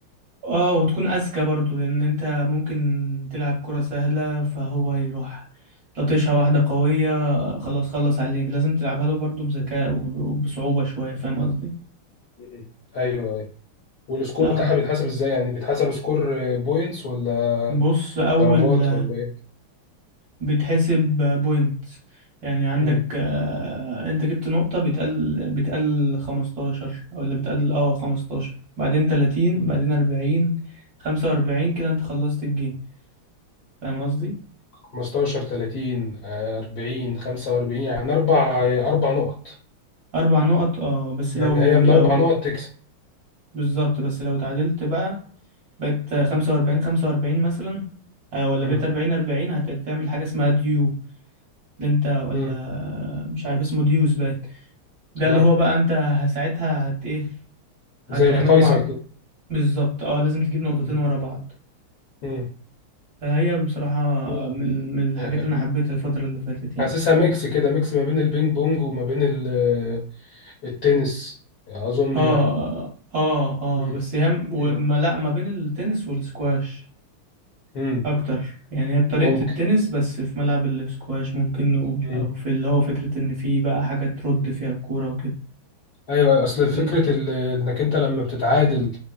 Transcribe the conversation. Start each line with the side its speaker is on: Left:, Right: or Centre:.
Right: اه وتكون اذكى برضو لان انت ممكن تلعب كرة سهلة فهو يروح لطشها واحدة قوية خلاص خلص عليك لازم تلعبها له برضو بذكاء
Left: مم.
Right: وب- وبصعوبة شوية فاهم قصدي
Left: مم. ايوه ايوه والسكور
Right: اه
Left: بتاعها بيتحسب ازاي يعني بيتحسب سكور بوينتس ولا
Right: بص اول
Left: ضربات ولا ايه
Right: بتحسب بوينت يعني عندك
Left: مم.
Right: آه، انت جبت نقطة بتقل بتقل 15 او اللي بتقل اه 15 بعدين 30
Left: مم.
Right: بعدين 40 45 كده انت خلصت الجيم فاهم قصدي
Left: 15 30 آه، 40 45 يعني اربع اربع نقط
Right: اربع نقط اه بس
Left: يعني
Right: لو
Left: هي من
Right: لو
Left: اربع نقط تكسب
Right: بالظبط بس لو تعادلت بقى بقيت خمسة وأربعين خمسة وأربعين مثلا آه، ولا
Left: مم.
Right: بقيت أربعين أربعين هتعمل حاجة اسمها ديو ده أنت ولا
Left: مم.
Right: مش عارف اسمه ديوز باين ده
Left: اه
Right: اللي هو بقى أنت ه- ساعتها هت إيه هتعمله
Left: زي فيصل
Right: مع
Left: كده
Right: بالظبط أه لازم تجيب نقطتين
Left: مم.
Right: ورا بعض
Left: مم.
Right: فهي بصراحة
Left: مم.
Right: من من الحاجات
Left: يعني
Right: اللي أنا حبيتها الفترة اللي فاتت يعني
Left: حاسسها ميكس كده ميكس ما بين البينج بونج وما بين ال- التنس اظن
Right: اه
Left: يعني
Right: اه اه
Left: مم.
Right: بس هي م- وما
Left: مم.
Right: لا ما بين التنس والسكواش
Left: مم.
Right: اكتر يعني هي بطريقة
Left: ممكن
Right: التنس بس في ملعب الاسكواش ممكن نقول
Left: مم.
Right: او في اللي هو فكرة ان في بقى حاجة ترد
Left: مم.
Right: فيها الكورة وكده
Left: ايوه اصل فكره
Right: أمم.
Left: ال- انك انت لما بتتعادل